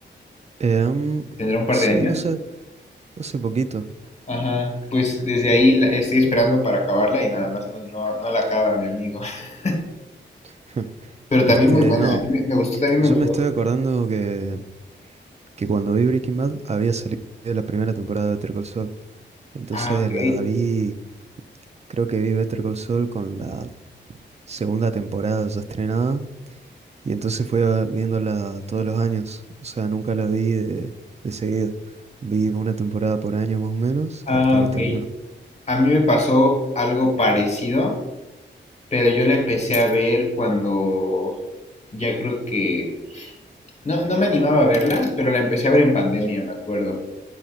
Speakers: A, on the right (about 35°); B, on the left (about 35°).
A: Em,
B: Tendrá un par
A: sí,
B: de años.
A: no sé, fue hace poquito.
B: Ajá, pues desde ahí la- estoy esperando para acabarla y nada más no, no, no la acaba, mi amigo. <laughs>
A: <laughs>
B: Pero también
A: Este,
B: muy buena,
A: no,
B: a mí me, me gustó, también
A: yo
B: me gustó
A: me estoy
B: bastante.
A: acordando que, que cuando vi Breaking Bad había salido la primera temporada de Better Call Saul. Entonces
B: Ah, ok.
A: la vi, creo que vi Better Call Saul con la segunda temporada ya estrenada Y entonces fui a- viéndola todos los años, o sea, nunca la vi de, de seguido. Vi una temporada por año más o menos
B: Ah,
A: hasta que
B: ok.
A: terminó.
B: A mí me pasó algo parecido, pero yo la empecé a ver cuando ya creo que... No, no me animaba a verla, pero la empecé a ver en pandemia, me acuerdo.